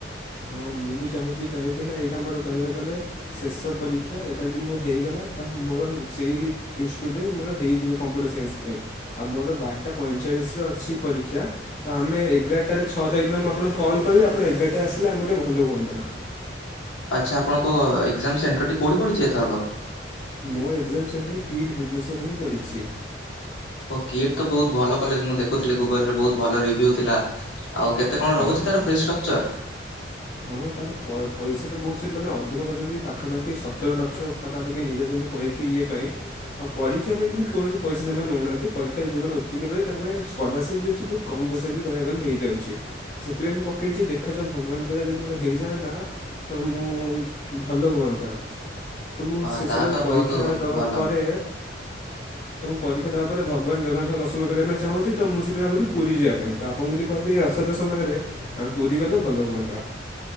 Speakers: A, on the left (about 45°); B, on the left (about 85°).
A: ହଁ ମୁଁ ବି ଚାହୁଁଛି କାହିଁକି ନା ଏଇଟା ମୋର କହିବାକୁ ଗଲେ ଶେଷ ପରୀକ୍ଷା ଏଇଟା ଯଦି ମୋ ହେଇଗଲା ତ ମୋର ସେଇ ଇନଷ୍ଟିଟ୍ୟୁଟରେ ମୋର ହେଇଯିବ କମ୍ପ୍ୟୁଟର ସାଇନ୍ସ ପାଇଁ। ଆଉ ମୋର ବାରଟା ପଇଁଚାଳିଶରେ ଅଛି ପରୀକ୍ଷା। ତ ଆମେ ଏଗାରଟାରେ ଛଅ ତାରିଖ ଦିନ ମୁଁ ଆପଣଙ୍କୁ କଲ୍ କରିବି ଆପଣ ଏଗାରଟାରେ ଆସିଲେ ଆମକୁ ଟିକେ ଭଲ ହୁଅନ୍ତା।
B: ଆଚ୍ଛା ଆପଣଙ୍କ ଏକ୍ଜାମ ସେଣ୍ଟର ଟି କଉଠି ପଡ଼ିଛି ଏଥରକ?
A: ମୋ ଏକ୍ଜାମ ସେଣ୍ଟର କିଟ୍ ଭୁବନେଶ୍ୱରରେ ହିଁ ପଡ଼ିଛି।
B: ଓ କିଟ୍ ତ ବହୁତ ଭଲ କଲେଜ ମୁଁ ଦେଖୁଥିଲି ଗୁଗଲ ରେ ବହୁତ ଭଲ ରିଭ୍ୟୁ ଥିଲା ଆଉ କେ ତେ କଣ
A: ହଁ
B: ରହୁଛି ତାର ଫ୍ରୀଷ୍ଟ୍ରକଚର?
A: ହଁ ତାର ପ୍ର ପଇସା ତ ବହୁତ ସେ ମାନେ ଅଧିକ ନଉଛନ୍ତି ପାଖାପାଖି ସତର ଲକ୍ଷ ପାଖାପାଖି ନେଇଯାଉଛନ୍ତି ପରୀ ଇଏ ପାଇଁ ଆଉ ପରୀକ୍ଷା ପାଇଁ କିନ୍ତୁ କୌଣସି ପଇସା ସେମାନେ ନଉନାହାନ୍ତି ପରୀକ୍ଷାରେ ଯୋଉମାନେ ଉତ୍ତୀଣ୍ଣହୁଏ ତାଙ୍କ ପାଇଁ ସ୍କଲାରସିପ୍ ବି ଅଛି ବହୁତ କମ୍ ପଇସାରେ ବି କହିଆକୁ ଗଲେ ହେଇଯାଉଛି ତ ସେଥିପାଇଁ ମୁଁ ପକେଇଛିି ଦେଖାଯାଉ ଭଗବାନ କ ଯଦି ମୋର ହେଇଯାଆନ୍ତା ତ ମୁଁ ଭଲ ହୁଅନ୍ତା। ତ ମୁଁ
B: ହଁ
A: ଶେଷ
B: ତାହା
A: ଯାଏ
B: ତ
A: ପରୀକ୍ଷା
B: ବହୁତ
A: ଦବା
B: ଭଲ।
A: ପରେ ତ ମୁଁ ପରୀକ୍ଷା ଦେବା ପରେ ଭଗବାନ ଜଗନ୍ନାଥଙ୍କ ଦର୍ଶନ କରିବା ପାଇଁ ଚାହୁଁଛି ତ ମୁଁ ସେଥି ପାଇଁ ଭାବୁଚି ପୁରୀ ଯିବା ପାଇଁଁ ତା <unintelligible> ଆ ପୁରୀ ଗଲେ ଭଲ ହୁଅନ୍ତା।